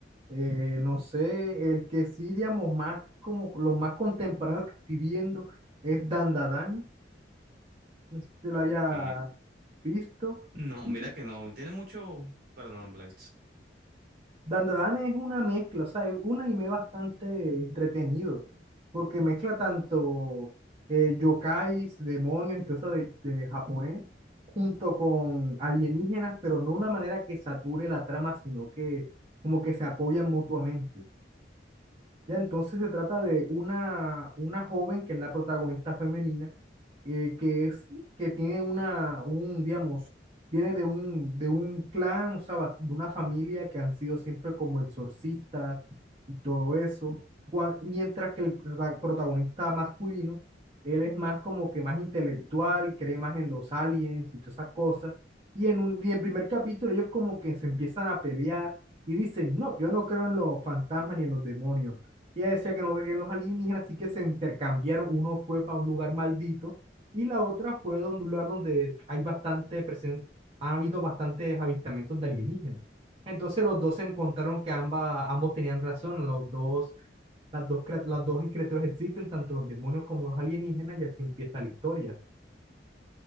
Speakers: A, on the right (about 30°); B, on the right (about 55°).
A: Eh, no sé, el que sí, digamos, más como los más contemporáneos que estoy viendo es Dandadan, no sé si te lo haya
B: Ok.
A: visto.
B: No,
A: Y
B: mira que no. Tiene mucho... Perdón, no me la he visto.
A: Dandadan es una mezcla, o sea, es un anime bastante entretenido, porque mezcla tanto eh, yokais, demonios y todo eso de, de japonés, junto con alienígenas, pero no una manera que sature la trama, sino que como que se apoyan mutuamente. Ya, entonces se trata de una, una joven que es la protagonista femenina, eh, que es, que tiene una, un, digamos, viene de un, de un clan, o sea, va- de una familia que han sido siempre como exorcistas y todo eso, Cua- mientras que el prota- protagonista masculino, él es más como que más intelectual, cree más en los aliens y todas esas cosas, y en un, y en el primer capítulo ellos como que se empiezan a pelear y dicen, no, yo no creo en los fantasmas ni en los demonios y Ella decía que no creía en los alienígenas, así que se intercambiaron. Uno fue para un lugar maldito y la otra fue donde un lugar donde hay bastante presen- ha habido bastantes avistamientos de alienígenas. Entonces los dos se encontraron que ambas, ambos tenían razón, los dos, las dos, crea- las dos criaturas existen, tanto los demonios como los alienígenas, y así empieza la historia.